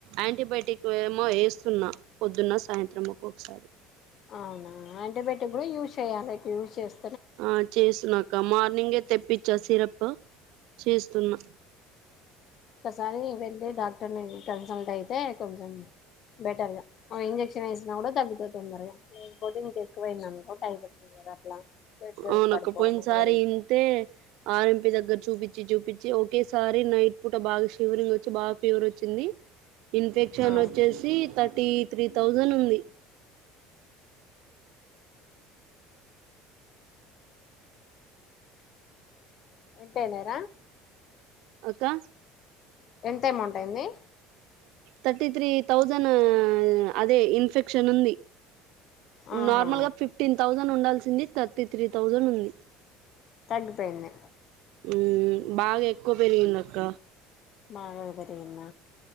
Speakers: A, on the right; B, on the left.
A: ఆంటీబయాటిక్ వేమో ఏస్తున్నా పొద్దున్న సాయంత్రం ఒక్కొక్కసారి
B: అవునా ఆంటిబయొటిక్ గుడా యూజ్ చేయ్యాలే యూజ్ చేస్
A: ఆ చేస్తున్నా అక్క మార్నింగే తెప్పిచ్చా సిరపు చేస్తున్నా
B: దానికే వెళ్ళి డాక్టర్ని కన్సల్ట్ అయితే కొంచెం బెటర్ గా ఉ ఇంజెక్షన్ ఏసినా గుడా తగ్గుతది తొందరగా లేకపోతే ఇంకెక్కువయిందినుకో టైం. పడతది అట్లా ప్లేట్లెట్స్
A: అవునక్క
B: పడిపోవడం
A: పోయిన
B: అట్లా
A: సారి
B: జరుగుతుంది
A: ఇంతే ఆర్ఎంపీ దగ్గర చూపిచ్చి చూపి చ్చి. ఒకేసారి నైట్ పూట బాగా షివరింగ్ వచ్చి బాగా ఫీవరొచ్చింది ఇన్ఫెక్షన్
B: ఆ
A: నొచ్చేసి థర్టీ త్రీ థౌజండ్ ఉంది.
B: ఎంతైయినాయ్ రా
A: అక్కా
B: ఎంత ఎమౌంట్ అయింది.
A: Thirty three thousand. అదే ఇన్ఫెక్షన్ ఉంది
B: ఆహా
A: నార్మల్ గా ఫిఫ్టీన్ థౌసండ్ ఉండాల్సింది. థర్టీ త్రీ థౌజనుంది.
B: తగ్గిపోయింది.
A: ఉ బాగా ఎక్కువ పెరిగింది అక్క.
B: బాగా పెరిగింద.